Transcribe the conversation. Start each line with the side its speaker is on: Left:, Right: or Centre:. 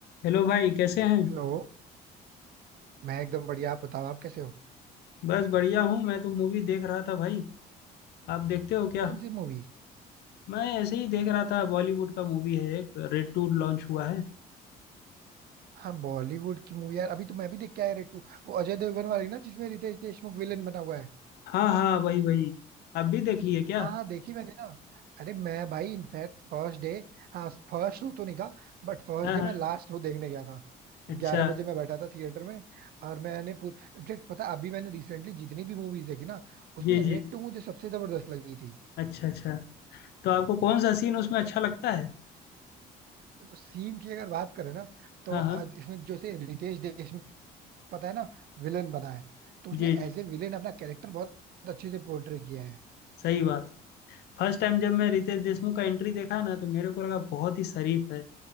Left: Hello भाई कैसे हैं
Right: Hello मैं एकदम बढ़िया आप बताओ आप कैसे हो
Left: बस बढ़िया हूँ मैं तो मूवी देख रहा था भाई आप देखते हो क्या
Right: कौन सी मूवी
Left: मैं ऐसे ही देख रहा था बॉलीवुड का मूवी है एक रेड टू लॉन्च हुआ है
Right: हाँ बॉलीवुड की मूवी यार अभी तो मैं भी देख के आया रेटू वो अजय देवगन वाली ना जिसमें रितेश देशमुख विलेन बना हुआ है
Left: हाँ हाँ वही वही आप भी देख लिए क्या
Right: हाँ हाँ देखी मैंने ना अरे मैं भाई इनफैक्ट फर्स्ट डे हाँ फर्स्ट शो तो नहीं था बट फर्स्ट
Left: हाँ
Right: डे
Left: हाँ
Right: मैं लास्ट शो देखने गया था
Left: अच्छा
Right: ग्यारह बजे मैं बैठा था थिएटर में और मैंने इनफैक्ट पता है, अभी मैंने रिसेंटली जितनी भी मूवीज देखी ना उसमें
Left: जी जी
Right: रेड टू मुझे सबसे जबरदस्त लगी थी
Left: अच्छा अच्छा तो आपको कौन सा सीन उसमें अच्छा लगता है
Right: देखो सीन की अगर बात करें ना तो
Left: हाँ हाँ
Right: आज इसमें जैसे रितेश देशमुख पता है ना विलेन बना है तो उसने
Left: जी जी
Right: एज ए विलेन अपना कैरेक्टर बहुत अच्छे से पोर्ट्रे किया है
Left: सही बात है। फर्स्ट टाइम जब मैं रितेश देशमुख का एंट्री देखा ना तो मेरे को लगा बहुत ही शरीफ है